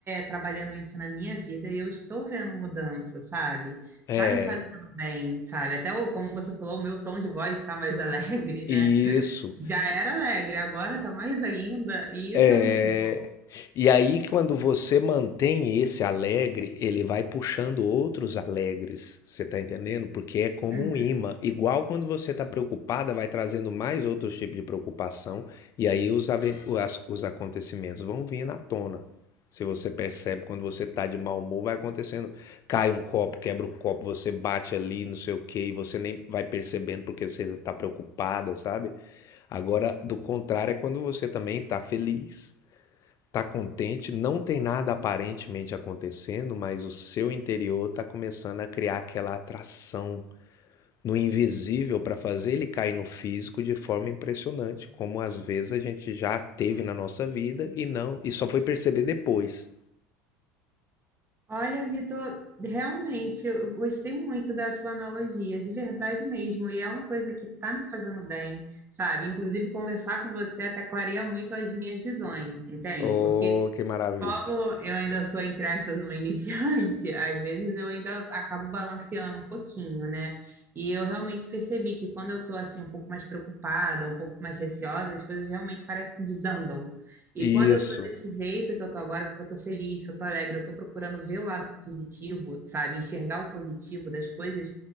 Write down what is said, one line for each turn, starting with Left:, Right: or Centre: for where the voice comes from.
Right: trabalhando isso na minha vida e eu estou vendo mudança, sabe?
Left: É,
Right: Tá me fazendo bem, sabe? Até, o- como você falou, o meu tom de voz está mais <laughs> alegre, né?
Left: isso.
Right: Já era alegre, agora tá mais ainda, e
Left: É.
Right: isso é muito bom.
Left: E aí, quando você mantém esse alegre, ele vai puxando outros alegres. Você tá entendendo? Porque é como
Right: Uhum.
Left: um imã. Igual quando você tá preocupada, vai trazendo mais outros tipos de preocupação. E aí os, aven- as- os acontecimentos vão vir na tona. Se você percebe quando você tá de mau humor, vai acontecendo. Cai um copo, quebra o copo, você bate ali, não sei o quê, e você nem vai percebendo porque você tá preocupada, sabe? Agora, do contrário, é quando você também tá feliz. Tá contente, não tem nada aparentemente acontecendo, mas o seu interior tá começando a criar aquela atração no invisível para fazer ele cair no físico de forma impressionante, como às vezes a gente já teve na nossa vida e não, e só foi perceber depois.
Right: Olha, Vitor, realmente eu gostei muito da sua analogia, de verdade mesmo, e é uma coisa que está me fazendo bem, sabe? Inclusive, conversar com você até clareia muito as minhas visões, entende?
Left: Oh,
Right: Porque
Left: que maravilha.
Right: como eu ainda sou, entre aspas, uma iniciante, <laughs> às vezes eu ainda acabo balanceando um pouquinho, né? E eu realmente percebi que quando eu tô assim um pouco mais preocupada, um pouco mais receosa, as coisas realmente parecem que desandam. E
Left: Isso,
Right: quando eu tô desse jeito que eu tô agora, que eu tô feliz, que eu tô alegre, eu tô procurando ver o lado positivo, sabe? Enxergar o positivo das coisas,